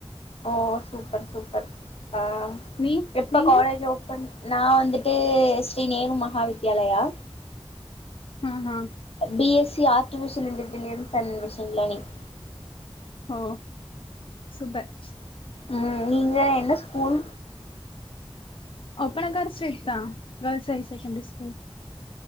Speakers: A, on the left; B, on the left.
A: ஓ சூப்பர் சூப்பர் ஆ
B: நீ
A: எப்ப
B: நீங்க
A: காலேஜ் ஓப்பன் நா வந்துட் ட்டு ஸ்ரீ நேரு மஹாவித்யாலயா
B: அ ஹா
A: B S C artificial intelligence and machine learning
B: ஓ சூப்பர்
A: ம் நீங்க என்ன ஸ்கூல்
B: அப்பனக்கார் ஸ்ரீ தா கேர்ள்ஸ் ஹை செகண்ட்ரி ஸ்கூல்